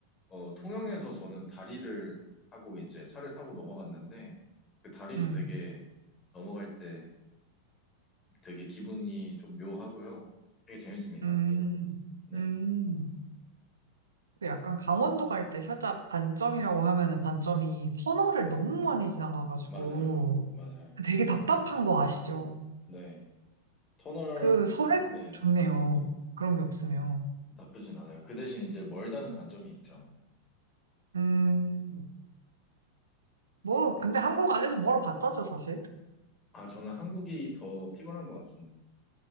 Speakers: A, on the left; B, on the right.
A: 어, 통영에서 저는 다리를 하고 이제 차를 타고 넘어갔는데 그 다리도
B: 음,
A: 되게 넘어갈 때 되게 기분이 좀 묘하고요. 되게 재밌습니다.
B: 음,
A: 네,
B: 음. 그 약간 강원도 갈 때 살짝 단점이라고 하면은 단점이 터널을 너무 많이 지나가가지고
A: 맞아요, 맞아요.
B: 되게 답답한 거 아시죠?
A: 네, 터널
B: 그 서해도
A: 네
B: 좋네요. 그런 게 없으면.
A: 나쁘진 않아요. 그 대신 이제 멀다는 단점이 있죠.
B: 음, 뭐, 근데 한국 안에서 멀어봤다죠, 사실.
A: 아, 저는 한국이 더 피곤한 것 같습니다.